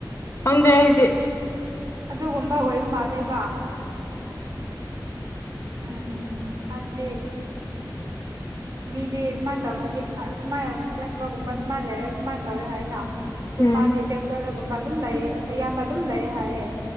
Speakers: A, on the left; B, on the right.
A: ꯈꯪꯗꯦ ꯑꯩꯗꯤ
B: ꯑꯗꯨꯒꯝꯕ ꯃꯥꯂꯦꯕ ꯎꯝ ꯍꯥꯕꯗꯦ ꯃꯤꯗꯤ ꯁꯨꯃꯥꯏꯅ ꯇꯧꯈꯗꯤ ꯑ ꯁꯨꯃꯥꯏꯅ ꯂꯦꯁꯕꯔꯒꯨꯝꯕ ꯁꯨꯃꯥꯏꯅ ꯂꯩꯔꯦ ꯁꯨꯃꯥꯏꯅ ꯇꯧꯋꯦ ꯍꯥꯏꯅ ꯑꯗꯨ
A: ꯎꯝ
B: ꯃꯥꯗꯤ ꯕꯦꯡꯒꯂꯣꯔꯨꯒꯨꯝꯕ ꯑꯗꯨꯝ ꯂꯩꯑ ꯑꯌꯥꯝꯕ ꯑꯗꯨꯝ ꯂꯩꯑ ꯍꯥꯏꯌꯦ